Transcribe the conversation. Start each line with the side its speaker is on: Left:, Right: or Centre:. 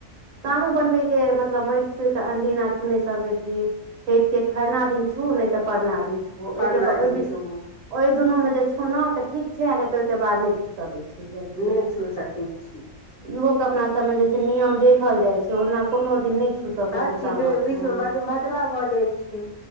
Right: शामो बनबै के मतलब मइट छोइ के अदीना छुने सकै छी छैठ के खरना दिन छु नहि तऽ परना दिन छु ओहिके
Left: परना
Right: बाद
Left: दिन
Right: ओहि
Left: छुबू
Right: ओइ दुनू मे जे छूलो त ठीक छै नइ तऽ ओहि के बाद नहि छू सकै छी जल्दी
Left: नहि छू सकै छी।
Right: इहो के अपना सब जे छै नियम देखल जाय छै ओना कोनो दिन नहि छू सकैत
Left: हर
Right: छी सामा
Left: चीज बे
Right: के
Left: बीच
Right: माइन
Left: मे भदवा भऽ जाइ छै